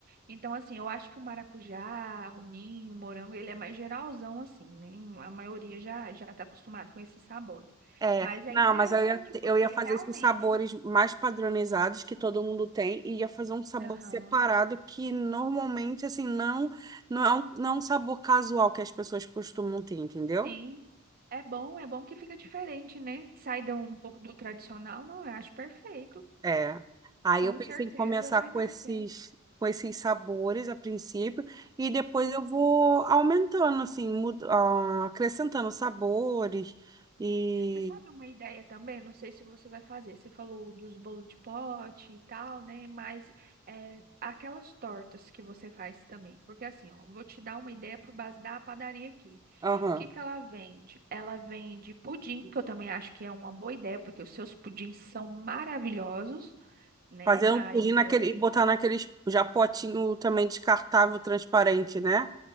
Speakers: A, on the right (about 45°); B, on the right (about 15°).
A: Então, assim, eu acho que o maracujá, o ninho, o morango, ele é mais geralzão, assim, né? A maioria já já está acostumado com esses sabores.
B: É,
A: Mas
B: não,
A: é interessante,
B: mas eu ia,
A: porque
B: eu ia fazer
A: realmente,
B: esses sabores mais padronizados que todo mundo tem e ia fazer um sabor
A: aham,
B: separado que normalmente, assim, não, não é um, não é um sabor casual que as pessoas costumam ter, entendeu?
A: sim, é bom, é bom que fica diferente, né? Sai de um pouco do tradicional, não, eu acho perfeito.
B: É. Aí
A: Com
B: eu pensei
A: certeza
B: em começar
A: vai
B: com
A: dar
B: esses,
A: certo.
B: com esses sabores a princípio e depois eu vou aumentando, assim, mud, ah, acrescentando sabores e...
A: Você sabe uma ideia também? Não sei se você vai fazer. Você falou dos bolos de pote e tal, né? Mas é, aquelas tortas que você faz também. Porque assim, ó, vou te dar uma ideia por base da padaria aqui.
B: Aham.
A: O que que ela vende? Ela vende pudim, que eu também acho que é uma boa ideia, porque os seus pudins são maravilhosos, né?
B: Fazer
A: Na
B: um pudim
A: área de
B: naquele,
A: doce.
B: e botar naqueles já potinho também descartável, transparente, né?